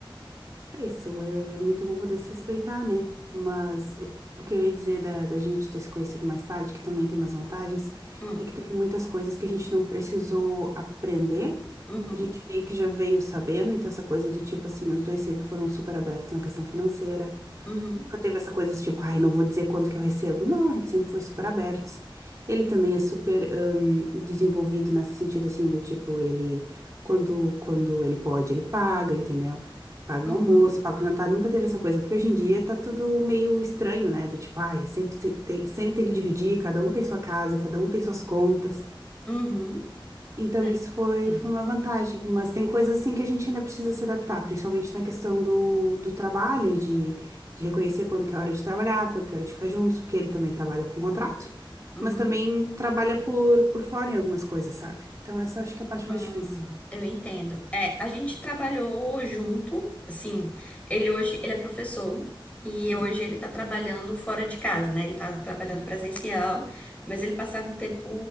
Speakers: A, on the right; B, on the left.
A: É isso, é muito bom poder se respeitar, né? Mas o, o que eu ia dizer da, da gente ter se conhecido mais tarde, que também tem umas vantagens,
B: Hum,
A: é que teve muitas coisas que a gente não precisou aprender,
B: uhum,
A: a gente meio que já veio sabendo, então essa coisa do tipo assim, os dois sempre foram super abertos na questão financeira,
B: uhum,
A: Nunca teve essa coisa assim, tipo, ai, não vou dizer quanto que eu recebo. Não, a gente sempre foi super abertos. Ele também é super hum, desenvolvido nesse sentido assim, do tipo, ele, quando, quando ele pode, ele paga, entendeu? Paga
B: uhum,
A: um almoço, paga um jantar, nunca teve essa coisa, porque hoje em dia tá tudo meio estranho, né? Do tipo, ai, sempre, se tem, sempre tem que dividir, cada um tem sua casa, cada um tem suas contas.
B: uhum,
A: Então
B: né?
A: isso foi,
B: Entendo.
A: foi uma vantagem, mas tem coisas assim que a gente ainda precisa se adaptar, principalmente na questão do, do trabalho, de, de reconhecer quando que é hora de trabalhar, quando que é hora de ficar juntos, porque ele também trabalha com contrato,
B: Uhum.
A: mas também trabalha por, por fora em algumas coisas, sabe? Então essa acho que é a parte
B: Hum,
A: mais difícil.
B: eu entendo. É, a gente trabalhou junto, assim, ele hoje, ele é professor e
A: Uhum.
B: hoje ele tá trabalhando fora de casa, né? Ele tá trabalhando presencial, mas ele passava um tempo